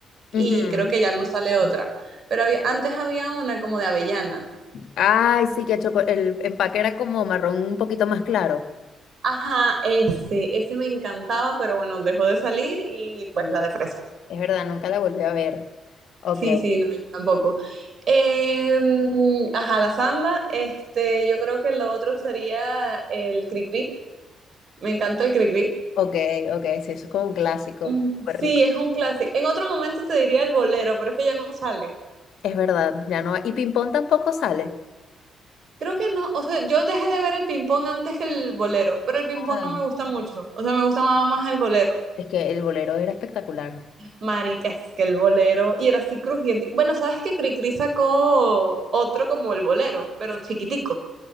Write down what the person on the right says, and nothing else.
y
creo que ya no sale otra, pero había, antes había una como de avellana.
Ajá, ese, ese me encantaba, pero bueno, dejó de salir y pues
la de fresa.
Sí, sí, no, yo tampoco. Em, ajá, la samba, este, yo creo que lo otro sería el cri-cri. Me encanta el cri-cri.
Mm,
Sí, es un clásico. En otro momento te diría el bolero, pero es que ya no sale.
Creo que no, o sea, yo dejé de ver el ping-pong antes que el bolero, pero el ping-pong
no me gusta mucho, o sea, me gusta más más el bolero.
Marica, es que el bolero. Y era así crujiente. Bueno, ¿sabes que Cricri sacó otro como el bolero, pero chiquitico?